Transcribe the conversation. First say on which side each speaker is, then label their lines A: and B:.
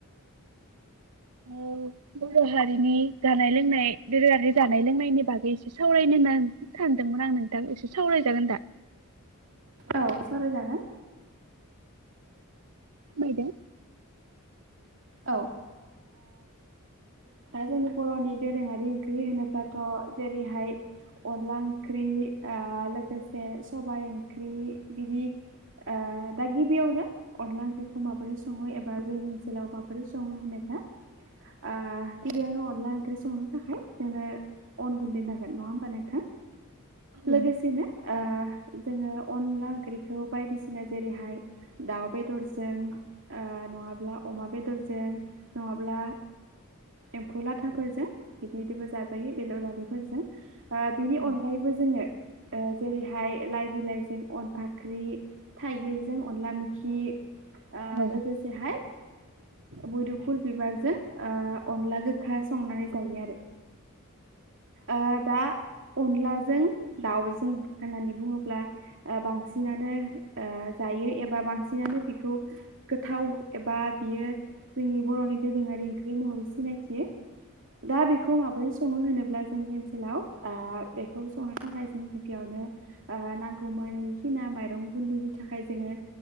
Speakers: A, on the right; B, on the right.
A: औ बर हारिनि जानाय लोंनाय दोरोंङारि जानाय लोंनायनि बागै एसे सावरायनो सानदों मोन आं नोंथां एसे सावरायजागोन दा
B: औ सावराय जागोन
A: मायदों
B: औ ओ दा जोंनि बरनि दोरोंङारि ओंख्रि होनोब्लाथ जेरैहाय अनला ओंख्रि आ लोगोसे सबाय ओंख्रि बिदि आ दा गिबियावनो अनला ओंख्रिखौ माबोरै संङो एबा जोंनि ओनसोलाव माबोरै संङो होनोब्ला आ गिबियावनो अनला ओंख्रि संनो थाखाय जोंङो अन गुन्दै नांगोन ननङा होमबा नोंथां
A: <unintelligible>
B: लोगोसेनो
A: <unintelligible>
B: जोंङो अनला ओंख्रिखौ बायदिसिना जेरैहाय दाउ बेदरजों
A: <unintelligible>
B: नंङाब्ला अमा बेदरजों नंङाब्ला एम्फौ लाथाफोरजों बिदि बिदिबो जाजायो बेदरहारिफोरजों आ बिनि
A: औ
B: अनगायैबो जोंङो ओ‌ जेरैहाय लाइ बिलाइजों अनफाख्रि थाइगिरजों अनला मेखि
A: आगोल
B: आ लोगोसेहाय
A: <unintelligible>
B: मोदोफुल बिबारजों अनला गोखा संनानै जायो आरो ओ दा अनलाजों दाउजों होननानै बुंङोब्ला बांसिनानो ओ जायो एबा बांसिनानो बिखौ गोथाव एबा बियो जोंनि बरनि दोरोंङारि ओंख्रि महरै सिनायथियो दा बेखौ माबोरै संङो होनोब्ला जोंनि ओनसोलाव ओ बेखौ संनो थाखाय जों गिबियावनो ओ नांगौ मो बायखिना माइरं गुन्दैनि थाखाय जोंङो